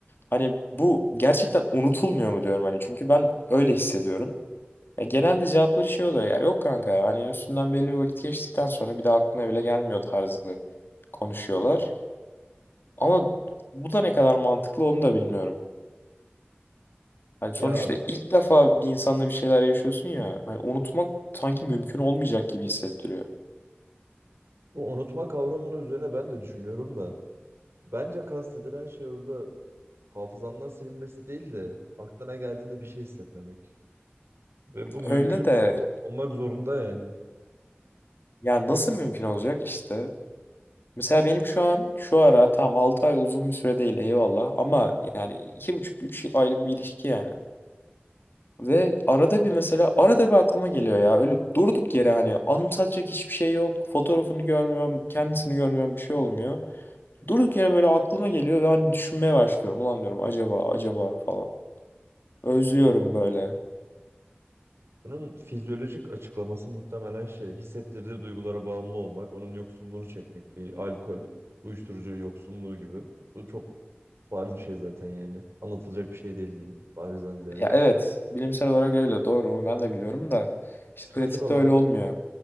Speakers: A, on the left (about 60°); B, on the right (about 85°).
A: Hani bu gerçekten unutulmuyor mu diyorum hani çünkü ben öyle hissediyorum. Ya genelde cevapları şey oluyor ya. Yok kanka ya, hani üstünden belli bir vakit geçtikten sonra bir de aklına bile gelmiyor tarzı konuşuyorlar. Ama bu da ne kadar mantıklı onu da bilmiyorum. Hani sonuçta
B: ya
A: ilk defa bir insanla bir şeyler yaşıyorsun ya. Hani unutmak sanki mümkün olmayacak gibi hissettiriyor.
B: bu unutma kavramının üzerine ben de düşünüyorum da bence kastedilen şey orada hafızandan silinmesi değil de aklına geldiğinde bir şey hissetmemek. Ve bu mümkün
A: Öyle de
B: olmak zorunda yani.
A: ya nasıl mümkün olacak işte. Mesela benim şu an şu ara tam altı ay uzun bir süre değil eyvallah ama yani iki buçuk üç aylık bir ilişki yani. Ve arada bir mesela arada bir aklıma geliyor ya öyle durduk yere hani anımsatacak hiçbir şey yok. Fotoğrafını görmüyorum, kendisini görmüyorum bir şey olmuyor. Durduk yere böyle aklıma geliyor ve hani düşünmeye başlıyorum. Ulan diyorum acaba acaba falan. Özlüyorum böyle.
B: Bunun fizyolojik açıklaması muhtemelen şey hissettirdiği duygulara bağımlı olmak, onun yoksunluğunu çekmek, bir alkol, uyuşturucu yoksunluğu gibi. Bu çok Bariz bir şey zaten yani. Anlatılacak bir şey değil diyeyim. Barizden ziyade.
A: Ya evet bilimsel olarak öyle doğru onu ben de biliyorum da işte
B: Psikolojik
A: pratikte
B: olarak
A: öyle olmuyor.